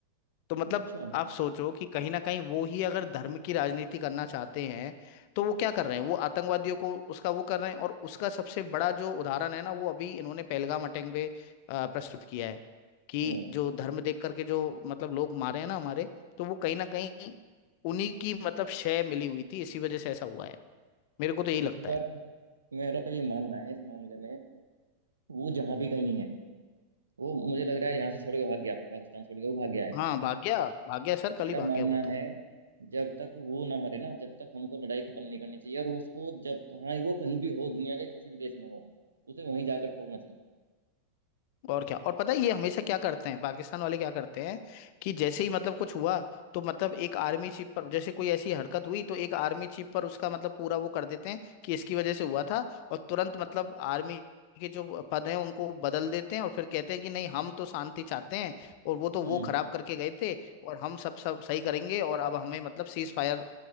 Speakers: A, on the left (about 45°); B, on the right (about 75°).
A: तो मतलब
B: अच्छा
A: आप सोचो कि कहीं ना कहीं वो ही अगर धर्म की राजनीति करना चाहते हैं तो वो क्या कर रहे हैं वो आतंकवादियों को उसका वो कर रहे हैं और उसका सबसे बड़ा जो उदाहरण है ना वो अभी इन्होंने पहलगाम अटैक पे अ, प्रस्तुत किया है कि
B: हम्म
A: जो धर्म देख करके जो मतलब लोग मारे हैं ना हमारे तो वो कहीं ना कहीं उन्हीं की मतलब शय मिली हुई थी इसी वजह से ऐसा हुआ है मेरे को तो यही लगता
B: इस बार
A: है
B: मेरा तो ये मानना है इस मामले में वो जहां भी कहीं है वो मुझे लग रहा है यहाँ से छोड़ के भाग गया पाकिस्तान छोड़ के वो भाग गया है
A: हाँ भाग गया भाग गया सर कल
B: मेरा
A: ही भाग
B: मानना
A: गया वो तो
B: है जब तक वो ना मरे ना जब तक हमको लड़ाई खत्म नहीं करनी चाहिए और उसको जब कहाँ वो कहीं भी हो दुनिया के किसी भी देश में हो उसे वहीं जाकर ठोकना चाहिए
A: और क्या और पता है ये हमेशा क्या करते हैं पाकिस्तान वाले क्या करते हैं कि जैसे ही मतलब कुछ हुआ तो मतलब एक आर्मी चीफ पर जैसे कोई ऐसी हरकत हुई तो एक आर्मी चीफ पर उसका मतलब पूरा वो कर देते हैं कि इसकी वजह से हुआ था और तुरंत मतलब आर्मी के जो पद हैं उनको बदल देते हैं और फिर कहते हैं कि नहीं हम तो शांति चाहते हैं और वो तो
B: हम्म
A: वो खराब करके गए थे और हम सब सब सही करेंगे और अब हमें मतलब सीज फायर